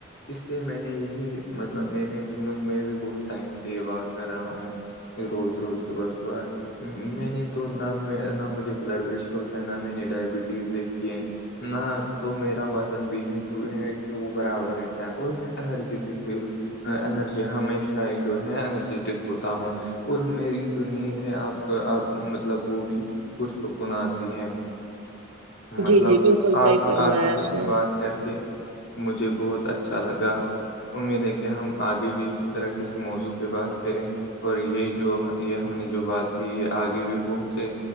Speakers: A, on the left; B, on the right.
A: اس سے میں نے یہی مطلب میں نے بھی میں بھی بہت ٹائم سے یہ واک کر رہا ہوں روز روز صبح صبح میں نے تو نہ نہ مجھے بلڈ پریشر ہوتا ہے نہ میں نے ڈائبٹیز دیکھی ہے نہ تو میرا وزن بھی ہے جو ہے کہ وہ برابر رہتا ہے اور میں انرجیٹک فیل انرجی ہمیشہ ہی جو ہے انرجیٹک ہوتا ہوں اور میری جو نیند ہے آپ کو آپ مطلب وہ بھی پرسکون آتی ہے
B: جی
A: مطلب
B: جی بالکل
A: آپ
B: صحیح فرمایا
A: آپ سے
B: نے
A: بات کر کے مجھے بہت اچھا لگا امید ہے کہ ہم آگے بھی اسی طرح کسی موضوع پہ بات کریں اور یہ جو یہ ہم نے جو بات کی یہ آگے بھی پہنچے